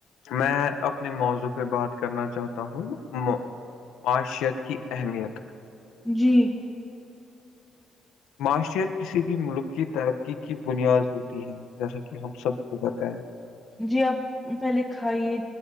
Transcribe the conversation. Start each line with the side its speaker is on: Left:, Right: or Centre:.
Left: میں اپنے موضوع پہ بات کرنا چاہتا ہوں مو پانچ شت کی اہمیت
Centre: جی
Left: معیشت کسی بھی ملک کی ترقی کی بنیاد ہوتی ہے جیسا کہ ہم سب کو پتہ ہے
Centre: جی آپ پہلے کھائیے